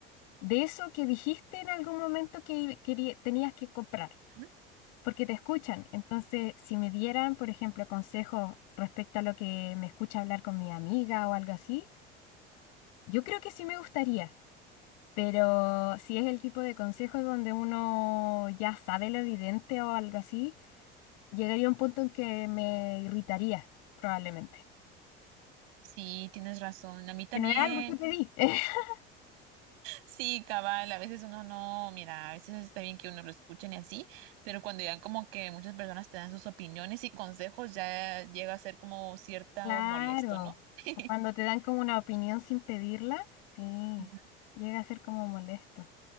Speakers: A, on the left; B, on the right.
A: de eso que dijiste en algún momento que i- quería- tenías que comprar,
B: Ujú.
A: porque te escuchan. Entonces, si me dieran, por ejemplo, consejos respecto a lo que me escucha hablar con mi amiga o algo así, yo creo que sí me gustaría. Pero si es el tipo de consejos donde uno ya sabe lo evidente o algo así, llegaría a un punto en que me irritaría, probablemente.
B: Sí, tienes razón. A mí también.
A: Que no es algo que pedí. <laughs>
B: Sí, cabal, a veces uno no, mira, a veces está bien que uno lo escuchen y así, pero cuando ya como que muchas personas te dan sus opiniones y consejos, ya llega a ser como cierta
A: Claro.
B: o molesto, ¿no? <laughs>
A: O Cuando te dan como una opinión sin pedirla, sí,
B: Ujú.
A: llega a ser como molesto.